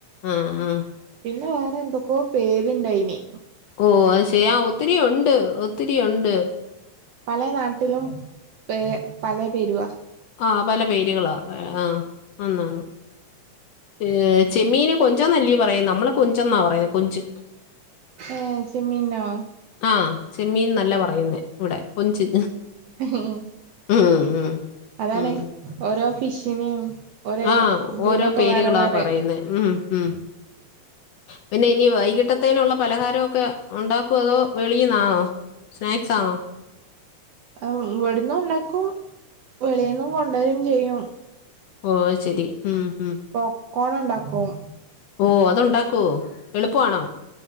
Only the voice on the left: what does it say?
ആഹ് ആഹ്
ഓ അത് ശെരി ഒത്തിരി യൂണ്ട് ഒത്തിരി യൂണ്ട്
ആ പല പേരുകളാ ആഹ് അന്നാന്ന് ഏ ചെമ്മീന് കൊഞ്ച് നല്ലി പറയും നമ്മള് കൊഞ്ചെന്നാ പറയുന്നത് കൊഞ്ച്
ആഹ് ചെമ്മീൻനല്ല പറയുന്നേ ഇവിടെ കൊഞ്ച്
ഉം ഉം
ഉം.
ആഹ്
ഓരോ പേരുകളാ
പറയുന്നെ ഉം ഉം പിന്നെ ഇനി വൈകിട്ടത്തേനുള്ള പലഹാരമൊക്കെ ഉണ്ടാക്കോ അതോ വെളിയിന്നാണോ സ്നാക്സാണോ
ഓഹ് ശരി ഉം ഉം
ഓ അതുണ്ടാക്കോ എളുപ്പാണോ